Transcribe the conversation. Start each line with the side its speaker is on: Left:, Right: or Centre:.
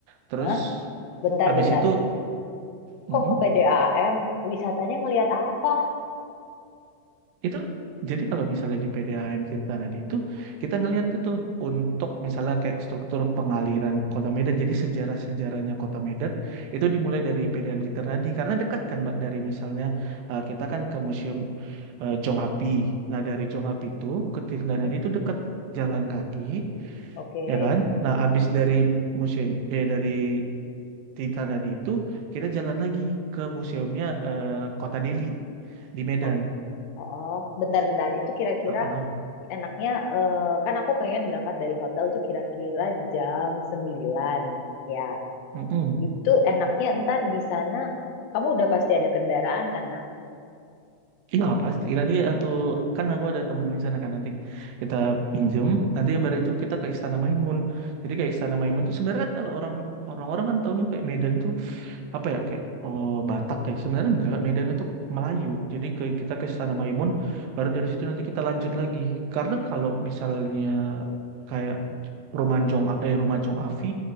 Right: Terus
Left: Hah? Bentar,
Right: abis
Left: bentar.
Right: itu kita,
Left: Kok ke PDAM? Wisatanya ngelihat apa?
Right: Itu jadi kalau misalnya di PDAM Tirta Nadi itu kita ngelihat tuh tuh untuk misalnya kayak struktur pengaliran Kota Medan. Jadi sejarah-sejarahnya Kota Medan itu dimulai dari PDAM Tirta Nadi karena dekat kan Mbak dari misalnya eh, kita kan ke Museum eh, Jong Api. Nah, dari Jong Api itu ke Tirta
Left: Hmm,
Right: Nadi itu dekat jalan kaki,
Left: Oke.
Right: ya kan? Nah, abis dari museum eh dari Tirta Nadi itu kita jalan lagi ke museumnya eh, Kota Deli di Medan.
Left: Oke. Oh, bentar, bentar. Itu kira-kira
Right: Ah, ah.
Left: enaknya, eh, kan aku pengen berangkat dari hotel tuh kira-kira jam sembilan Ya,
Right: Mm-mm.
Left: itu enaknya ntar di sana, kamu udah pasti ada kendaraan kan?
Right: Iya pasti nanti aku kan aku ada temen di sana kan nanti kita pinjem nanti baru itu kita ke Istana Maimun jadi kayak Istana Maimun tuh sebenarnya kan kalau orang orang-orang kan taunya kayak Medan tuh apa ya kayak oh, Batak ya sebenarnya enggak Medan itu Melayu jadi ke, kita ke Istana Maimun baru dari situ nanti kita lanjut lagi karena kalau misalnya kayak Rumah Jong eh, Rumah Jong Afi